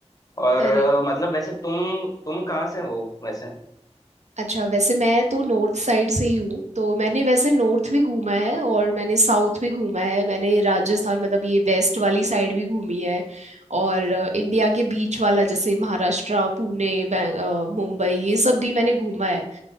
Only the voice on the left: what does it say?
और अ,
मतलब वैसे तुम तुम कहाँ से हो वैसे